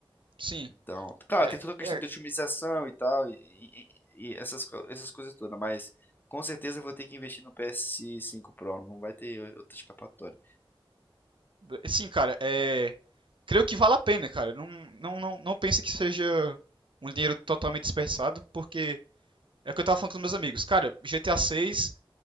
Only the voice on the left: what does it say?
Então, claro,
tem toda a questão
de otimização e tal, e, e- e essas, co- essas coisas todas, mas com certeza eu vou ter que investir no PS5 Pro, não vai ter outra escapatória.